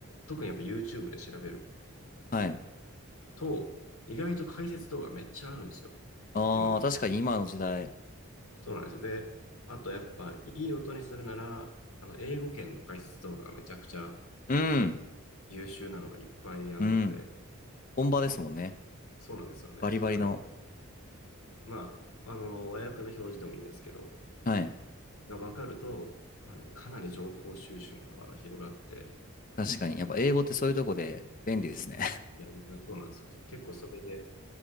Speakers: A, on the left; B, on the left.
A: 特にやっぱ YouTube で調べる
B: はい。
A: と、意外と解説動画めっちゃあるんですよ、
B: ああ、
A: 今は。
B: 確かに今の時代。
A: そうなんですよ。で、あとやっぱ、いい音にするなら、あの、英語圏の解説動画がめちゃくちゃ
B: うん。
A: 優秀なのがいっぱいあるので、
B: うん。本場ですもんね。
A: そうなんですよね。
B: バリバリの。
A: だから、まあ、あの、和訳の表示でもいいですけど、
B: はい。
A: が分かると、あの、かなり情報収集の幅が広がって、
B: 確かに。やっぱ英語ってそういうとこで便利ですね。
A: いや、本当にそうなんですよ。結構それで、